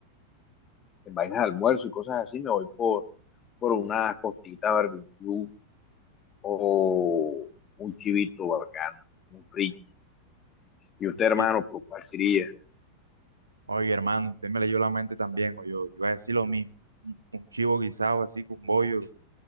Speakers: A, on the left; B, on the right.
A: en vainas de almuerzo y cosas así, me voy por, por una costita barbecue o un chivito bacano, un frito. ¿Y usted, hermano,
B: Pero,
A: por cuál sería?
B: Oye, hermano, usted me leyó la mente también, o yo iba a decir lo mismo. Un un chivo guisado así con bollo, yo